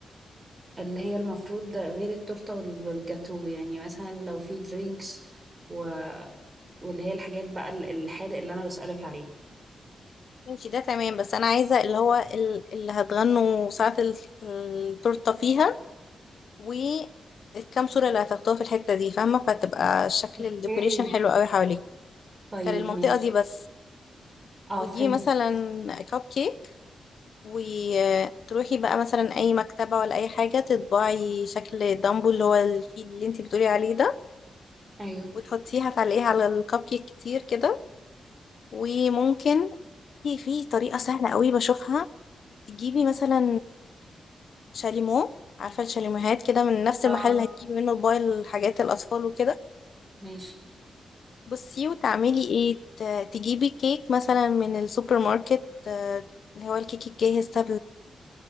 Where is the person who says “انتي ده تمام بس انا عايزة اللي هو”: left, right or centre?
Left